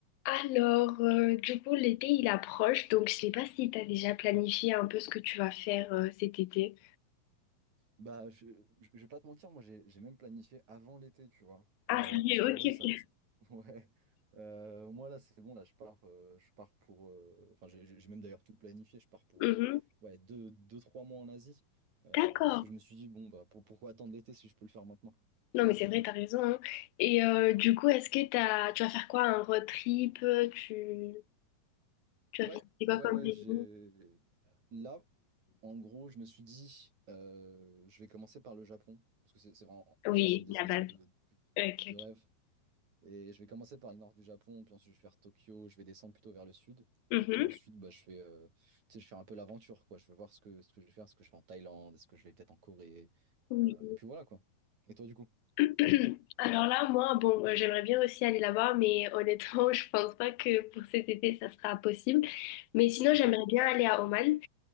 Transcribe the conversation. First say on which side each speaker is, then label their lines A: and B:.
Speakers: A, on the left; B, on the right.
A: Alors, euh, du coup, l'été, il approche, donc je sais pas si tu as déjà planifié un peu ce que tu vas faire euh, cet été.
B: Bah, je, je, je vais pas te mentir, moi j'ai j'ai même planifié avant l'été, tu vois. Euh,
A: Ah, sérieux,
B: parce qu'en
A: ok,
B: vrai,
A: ok.
B: ça. ça- <laughs> Ouais. Euh, moi là, c'est bon, là, je pars, euh, je pars pour. euh, Enfin, j'ai j'ai- j'ai même d'ailleurs tout planifié. Je pars pour
A: Mhm.
B: euh, ouais, deux, deux, trois mois en Asie. Euh,
A: D'accord.
B: parce que je me suis dit, bon, bah, pour- pourquoi attendre l'été si je peux le faire maintenant?
A: Non, mais c'est vrai, t'as raison. hein. Et euh, du coup, est-ce que t'as... tu vas faire quoi? Un road trip? euh, Tu, tu
B: Ouais,
A: vas visiter
B: ouais,
A: quoi comme
B: ouais,
A: pays?
B: j'ai. Là, en gros, je me suis dit, euh, je vais commencer par le Japon. Parce que c'est c'est vraiment- en
A: Oui,
B: vrai, c'est une destination
A: la base.
B: de,
A: Ok,
B: de
A: ok.
B: rêve. Et je vais commencer par le nord du Japon, puis ensuite je vais faire Tokyo, je vais descendre plutôt vers le sud.
A: Mhm.
B: Et puis ensuite, bah, je fais, euh, tu sais, je fais un peu l'aventure, quoi. Je vais voir ce que, ce que je vais faire, ce que je fais en Thaïlande, est-ce que je vais peut-être en Corée.
A: Oui.
B: euh, et puis voilà, quoi. Et toi, du coup?
A: <clears throat> Alors là, moi, bon, euh, j'aimerais bien aussi aller là-bas, mais honnêtement, <laughs> je pense pas que pour cet été, ça sera possible. Mais sinon,
B: Ok.
A: j'aimerais bien aller à Oman.